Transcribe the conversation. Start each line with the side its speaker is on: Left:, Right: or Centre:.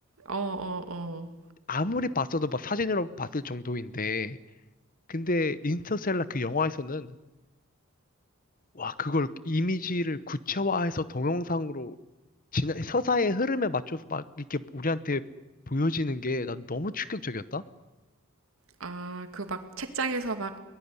Right: 어, 어, 어.
Left: 아무리 봤어도 막 사진으로 봤을 정도인데 근데 인터스텔라 그 영화에서는 와 그걸 이미지를 구체화해서 동영상으로 지난 서사의 흐름에 맞춰서 막 이렇게 우리한테 보여지는 게 난 너무 충격적이었다.
Right: 아, 그 막 책장에서 막